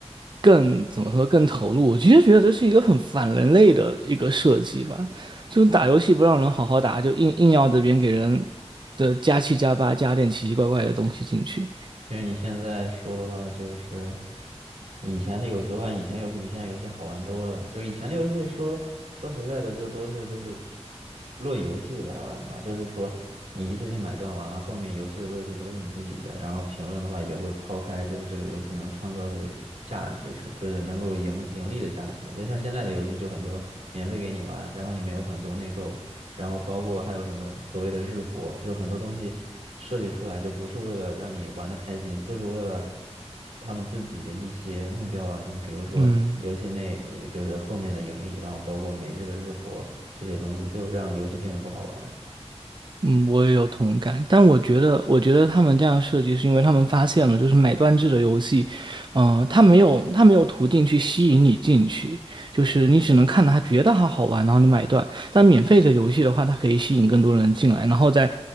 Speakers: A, on the right (about 45°); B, on the right (about 85°).
A: 更怎么说更投入。我其实觉得这是一个很反人类的一个设计吧，就是打游戏不让人好好打，就硬硬要这边给人的加七加八加点奇奇怪怪的东西进去。
B: 其实你现在说的话，就是以前的游戏，我感觉以前游戏比现在游戏好玩多了。就以前的游戏说，说实在的，就都是就是论游戏来玩嘛，就是说你一次性买断完了，后面游戏的乐趣都是你自己的。然后评论的话也会抛开，就是这个游戏能创造的价值是，就是能够盈盈利的价值。就像现在的游戏就很多免费给你玩，然后里面有很多内购。然后包括还有什么所谓的日活，就很多东西设计出来就不是为了让你玩的开心，就是为了他们自己的一些目标啊什么，比如说游戏内就是后面的盈利，
A: 嗯，
B: 然后包括每日的日活这些东西，就让游戏变得不好玩。
A: 嗯，我也有同感，但我觉得，我觉得他们这样设计是因为他们发现了，就是买断制的游戏，嗯、他没有他没有途径去吸引你进去，就是你只能看到它觉得它好玩，然后你买断。但免费的游戏的话，它可以吸引更多人进来，然后再